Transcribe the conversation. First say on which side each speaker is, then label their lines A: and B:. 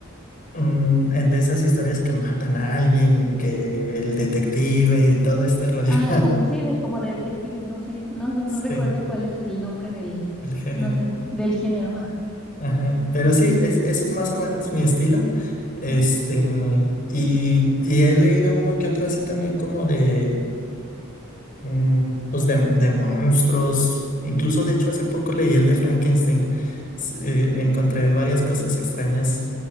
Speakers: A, on the left; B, in the centre.
A: Mm, eh, de esas historias que matan a alguien y que el detective y todo este rollo.
B: Ah,
A: <laughs>
B: como, sí, de, como de detectives, no sé, no, no
A: Sí,
B: recuerdo cuál es el nombre del,
A: el género.
B: no sé, del género, ajá.
A: Ajá. Pero sí, es, ese es más o menos mi estilo. Este, y, y he leído uno que otro así también como de, mm, pues de, de monstruos. Incluso, de hecho, hace poco leí el de Frankenstein. S- eh, encontré varias cosas extrañas